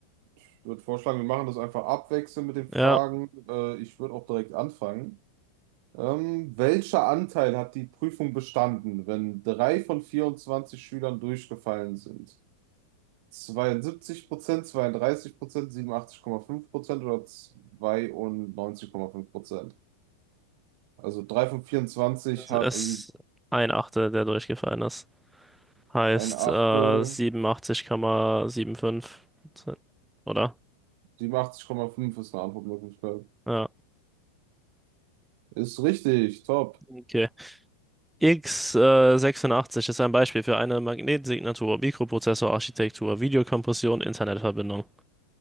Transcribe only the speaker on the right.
Ich würde vorschlagen, wir machen das einfach abwechselnd mit den
Fragen. Äh, ich würde auch direkt anfangen. Ähm, welcher Anteil hat die Prüfung bestanden, wenn drei von 24 Schülern durchgefallen sind? 72%, 32%, 87,5% oder 92,5%. Also 3 von 24
ha-
sind
ein Achtel,
87,5 ist eine Antwortmöglichkeit.
Ist richtig, top.